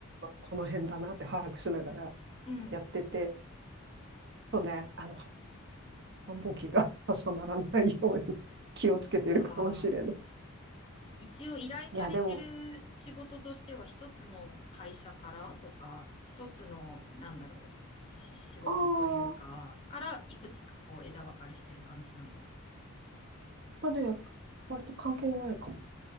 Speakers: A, on the right; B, on the left.
A: この辺だなって把握しながら
B: うん。
A: やってて、そうね、あの、繁忙期が重ならないように <laughs>
B: そっか。
A: 気をつけているかもしれない。
B: 一応依頼されてる仕事としては一つの会社からとか、
A: いや、でも、
B: 一つの、なんだろう、し仕事というか、
A: ああ、
B: からいくつかこう枝分かれしてる感じなの
A: まあね、割と関係ないかも。